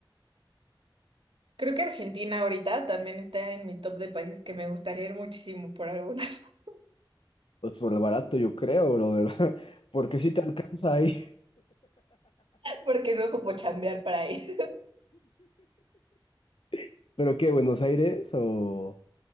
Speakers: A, on the right (about 75°); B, on the left (about 80°).
A: Creo que Argentina ahorita también está en mi top de países que me gustaría ir muchísimo por alguna <laughs> razón,
B: Pues por lo barato, yo creo, brother. <laughs> Porque si te alcanza ahí.
A: porque no como chambear para ir.
B: <laughs> ¿Pero qué, Buenos Aires? O.